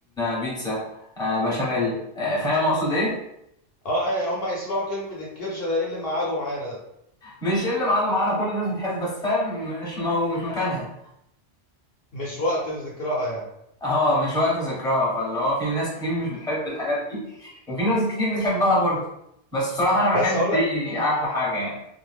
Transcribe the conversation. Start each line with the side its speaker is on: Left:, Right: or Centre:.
Centre: بيتزا آه، بشاميل آه، فاهم اقصد ايه
Left: اه آه، هما يسمعوا كلمه الكرشه ده ايه اللي معادوا معانا ده
Centre: مش ايه اللي معانا معانا كل الناس بتحبه بس فاهم مش مو مش مكانها
Left: مش وقت ذكرها يعني
Centre: اه مش وقت ذكرها فاللي هو في ناس كتير مش بتحب الحاجات دي وفي ناس كتير بتحبها برضه بس بصراحة أنا بحب
Left: بس اقول
Centre: دي
Left: لك
Centre: أحلى حاجة يعني